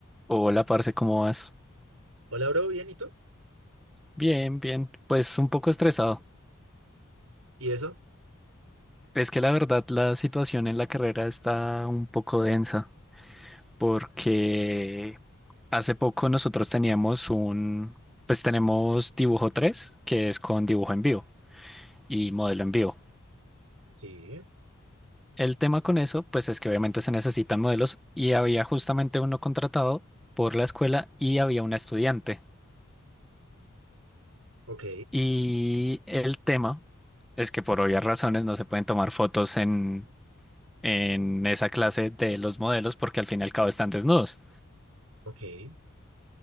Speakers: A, in the centre; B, on the right.
A: Hola, parce, ¿cómo vas?
B: Hola, bro, bien, ¿y tú?
A: Bien, bien. Pues un poco estresado.
B: ¿Y eso?
A: Es que la verdad la situación en la carrera está un poco densa porque hace poco nosotros teníamos un, pues tenemos dibujo 3 que es con dibujo en vivo y modelo en vivo.
B: Sí,
A: El tema con eso, pues es que obviamente se necesitan modelos y había justamente uno contratado por la escuela y había una estudiante.
B: ok,
A: Y el tema es que por obvias razones no se pueden tomar fotos en en esa clase de los modelos porque al fin y al cabo están desnudos.
B: ok.